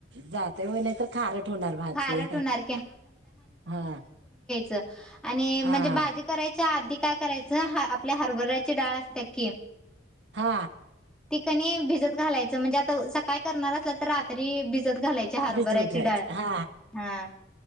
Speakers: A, on the right (about 65°); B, in the centre.
A: जातंय होय, नाही तर खारट होणार भाजी
B: खारट होणार
A: हा
B: त आणि अ
A: हा
B: म्हणजे भाजी कराय च्या आधी काय करायचं हा आपली हरभऱ्याची डाळ असते की,
A: हा
B: ती कणी भिजत घालायचं म्हणजे आता सकाळी करणार असला तर रात त्री भिजत घालायची हरभऱ्याची
A: भिजवून ठेवायचं
B: डाळ
A: हा
B: हा